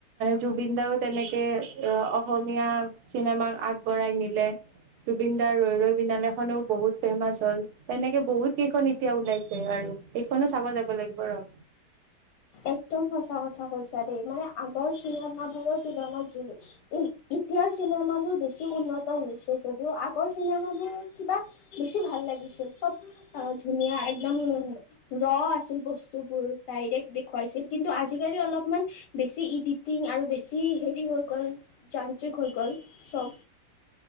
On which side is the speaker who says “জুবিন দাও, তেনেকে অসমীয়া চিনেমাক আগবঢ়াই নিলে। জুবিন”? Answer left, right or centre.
Right